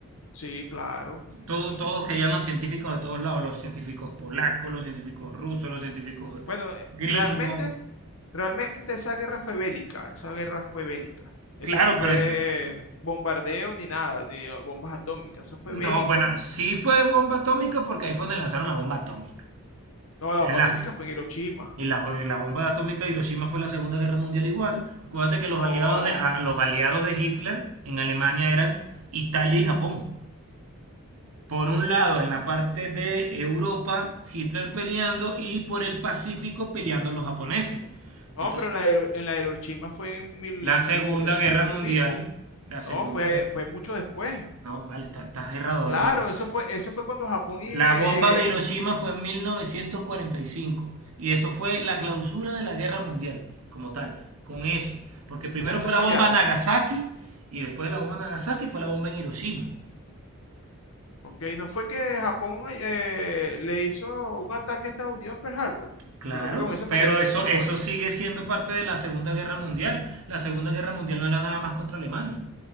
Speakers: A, on the left; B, on the right.
A: Sí, claro. ujú.
B: Todo, todos querían los científicos de todos lados, los científicos polacos, los científicos rusos, los científicos
A: Bueno, eh,
B: gringos.
A: realmente Realmente esa guerra fue bélica, esa guerra fue bélica. Eso
B: Claro,
A: no fue
B: pero eso...
A: bombardeo ni nada, ni eh, bombas atómicas, eso fue bélico.
B: No, bueno, sí fue bomba atómica porque ahí fue donde lanzaron la bomba atómica.
A: No, la
B: Enlace.
A: bomba atómica fue en Hiroshima.
B: Y la, la bomba atómica de Hiroshima fue la Segunda Guerra Mundial igual. Acuérdate que los
A: No,
B: aliados de, a- los aliados de Hitler en Alemania eran Italia y Japón. Por un lado, en la parte de Europa, Hitler peleando y por el Pacífico peleando los japoneses.
A: no,
B: Entonces,
A: pero en la, Hiro- en la Hiroshima fue en mil,
B: la Segunda
A: mil setecientos
B: Guerra Mundial,
A: y pico.
B: la Segunda
A: No, fue,
B: Guerra...
A: fue mucho después.
B: No, vale, está- estás errado, Daniel.
A: Claro, eso fue, eso fue cuando Japón y, eh,
B: La bomba de Hiroshima
A: eh,
B: fue en 1945 y cinco y eso fue la clausura de la guerra mundial como tal, con eso. Porque primero
A: con eso
B: fue
A: sellaron.
B: la bomba Nagasaki y después de la bomba Nagasaki fue la bomba en Hiroshima.
A: Ok, no fue que Japón eh, le hizo un ataque a Estados Unidos en Pearl Harbor.
B: Claro,
A: Yo creo que con eso
B: pero
A: fue que empezó,
B: eso, eso
A: con eso.
B: sigue siendo parte de la Segunda Guerra Mundial. La Segunda Guerra Mundial no era nada más contra Alemania.